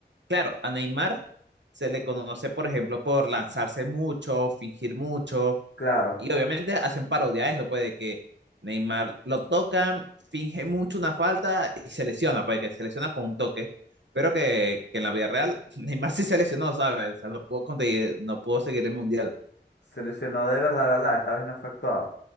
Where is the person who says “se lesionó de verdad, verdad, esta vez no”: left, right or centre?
Left